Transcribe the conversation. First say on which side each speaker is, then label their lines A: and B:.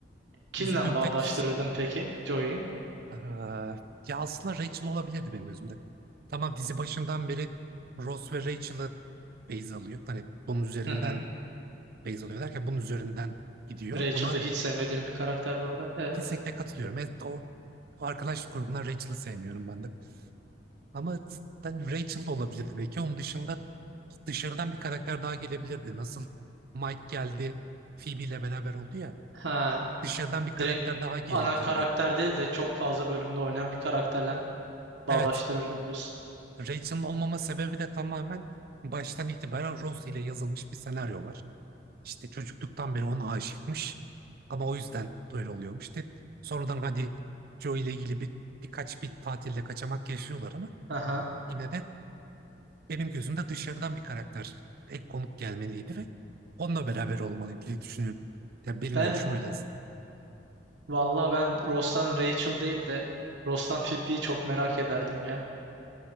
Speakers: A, on the right; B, on the right.
A: Kimle
B: Üzüldüğüm
A: bağdaştırırdın
B: tek
A: peki Joey'yi?
B: Aa, ya aslında Rachel olabilirdi benim gözümde. Tamam dizi başından beri Ross ve Rachel'ı base alıyor. Hani bunun üzerinden
A: Hı hı.
B: base alıyor derken bunun üzerinden gidiyor
A: Rachel
B: ama
A: de hiç sevmediğim bir karakter bu arada. Evet.
B: kesinlikle katılıyorum. Evet, o, o arkadaş grubundan Rachel'ı sevmiyorum ben de. Ama cidden Rachel da olabilirdi belki. Onun dışında dışarıdan bir karakter daha gelebilirdi. Nasıl Mike geldi, Phoebe ile beraber oldu ya.
A: Ha.
B: Dışarıdan bir karakter
A: Direkt
B: daha gelebilirdi.
A: ana karakter değil de çok fazla bölümde oynayan bir karakterle
B: Evet,
A: bağdaştırırdım diyorsun.
B: Rachel'ın olmama sebebi de tamamen baştan itibaren Ross ile yazılmış bir senaryo var. İşte çocukluktan beri ona aşıkmış. Ama o yüzden öyle oluyormuş. De, sonradan hadi Joe ile ilgili bir, birkaç bir tatilde kaçamak yaşıyorlar ama
A: Aha.
B: yine de benim gözümde dışarıdan bir karakter ek konuk gelmeliydi ve onunla beraber olmalıydı diye düşünüyorum. Yani benim
A: Ben
B: görüşüm öyle.
A: valla ben Ross'tan Rachel değil de Ross'tan Phoebe'yi çok merak ederdim ya.